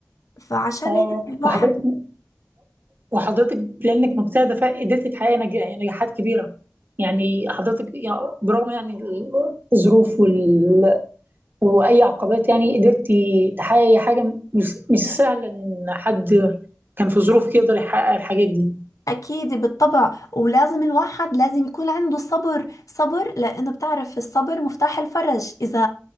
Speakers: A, on the left (about 80°); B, on the right (about 40°).
A: فعشان
B: اه
A: هيك الواحد
B: وحضرتك وحضرتك بلانك مجتهده فقدرت تحققي نج- يعني نجاحات كبيره يعني حضرتك يعني برغم يعني الظروف وال واي عقبات يعني قدرتي تحققي حاجه مش مش سهله ان حد كان في ظروفك يقدر يحقق الحاجات دي
A: أكيد بالطبع ولازم الواحد لازم يكون عنده صبر صبر لأنه بتعرف الصبر مفتاح الفرج إذا